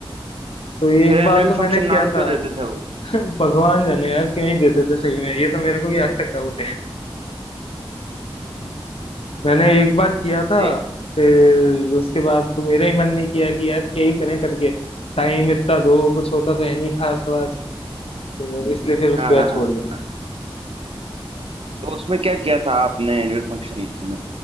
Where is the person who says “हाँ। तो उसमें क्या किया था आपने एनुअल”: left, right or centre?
Right